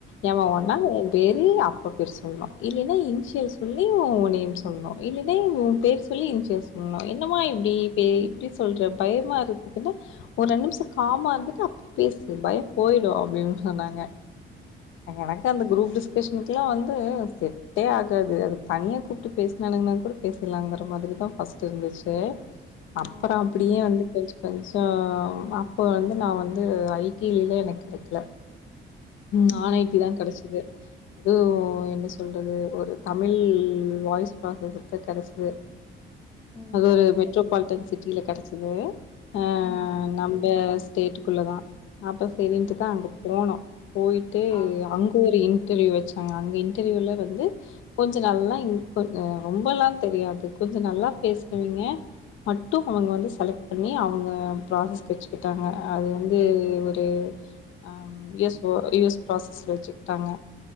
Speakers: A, on the left; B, on the left.
A: ஏமாற்ங்க நா என் பேரு அப்பா பேரு சொல்லனும் இல்லைன்னா இனிசியல் சொல்லி உன் நேம் சொல்னும் இல்லே டெய்லியு உன் பேர் சொல்லி இன்சியல் சொல்லணும் என்னமா இப்டி பே இப்டி சொல்ற பயமா இருக்குதுல்ல ஒரு ரெண் நிம்ஷோ காமா இருந்துட்டு அப் <inaudible> பேசு பயம் போய்டும் அப்டின்னு சொன்னாங்க எனக்கும் அந்த குரூப்க்கு கேஷனல்க்குலா வந்து செட்டே ஆகாது அது தனியா கூப்ட்டு பேஸ்னானுங்கனா கூட பேசலாங்கற மாதிரி தான் ஃபஸ்ட் இருந்துச்சு டு அப்புறம்
B: ம்
A: அப்டியே வந்து கொஞ் கொஞ்சோ அப்போ வந்து நா வந்து ஐ டி லயெல்லா எனக் கெடைக்கல நான்
B: ம்
A: ஐ டி தான் கெடச்சது அதுவும் என்ன சொல்றது ஒரு தமிழ் வாய்ஸ் ப்ராஸஸ்க்கு கெடச்சுது
B: ம்
A: அது ஒரு மெட்ரோ குவால்ட்டன் சிட்டில கெடச்சது ஆஹ்
B: ம்
A: நம்ப ஸ்டேட்டுக்குள்ள தான் அப்ப சரின்ட்டு தான் அங்க போனோம் போயிட்டு
B: ஆ
A: அங்க ஒரு இன்டர்வியூ வச்சாங்க அங்க இன்டர்வியூல வந்து கொஞ்ச நல்லா இன் கொஞ்ச ரொம்பல்லா தெரியாது கொஞ்ச நல்லா பேசுறவிங்க மட்டு அவங்க வந்து செலக்ட் பண்ணி அவங்க ப்ராசஸ்க்கு வெச்சுக்கிட்டாங்க அது வந்து ஒரு ஆஹ் எஸ் யூஸ் ப்ராசஸ்ல வச்சுக்கிட்டாங்க